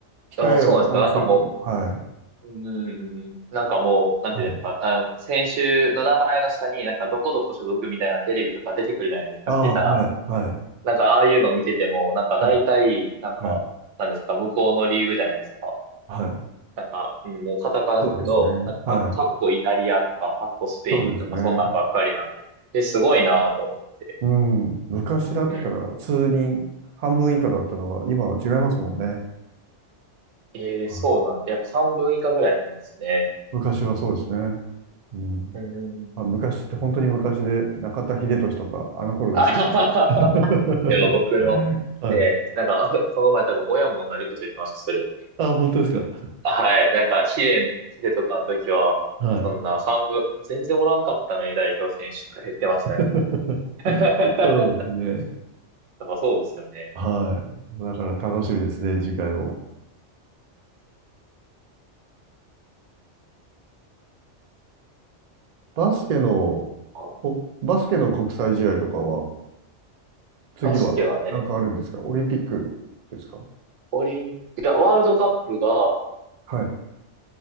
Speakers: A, on the right; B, on the right.
A: 控えを合わせると。
B: あ、そうなんですか。なんかも
A: はい。
B: う、うーん、なんかもう、なんていうんですか。
A: はい。
B: あの、先週の名前の下になんかどこどこ所属みたいなテレビとか出てくるじゃないですか。
A: ああ、
B: 見てたら。
A: はい。はい。
B: なんかああいうの見てても、なんか大体、
A: はい。
B: なんか、
A: はい。
B: なんですか、向こうのリーグじゃないですか。
A: はい
B: なんか、うんもうカタカナの、
A: そうですね。
B: なんかか、
A: はい。
B: <laughs> かっこイタリアとか、かっこスペインとか、
A: そうですね。
B: そんなんばっかりなんで。ですごいなぁと思って。
A: うん。昔だったら数人、
B: うん。
A: 半分以下だったのが、今は違いますもんね。
B: ええそうなんだ。
A: あ
B: やっぱ半分以下ぐらいだったんですね。
A: 昔はそうですね。うん。
B: うー
A: まあ、昔って本当に昔で、
B: ん。
A: 中田英寿とか、あの頃ですけど。
B: <laughs> あははは。
A: <laughs>
B: でも僕の、
A: はい。
B: ねえ、なんか、<laughs> この前多分親も同じこと言ってました、それ。
A: あ、本当ですか。
B: はい。なんか、試練、試練とかの時は、
A: はい。
B: そんな半分、全然おらんかったのに代表選手とか言ってましたね。
A: <laughs>
B: <laughs>
A: そうですね。
B: やっぱそうですよね。
A: はい。だから楽しみですね、次回も。バスケの、
B: あ
A: こバスケの国際試合とかは、次はなんかあるんですかオリンピックですか
B: バスケはね、オリンピア、ワールドカップが、
A: はい。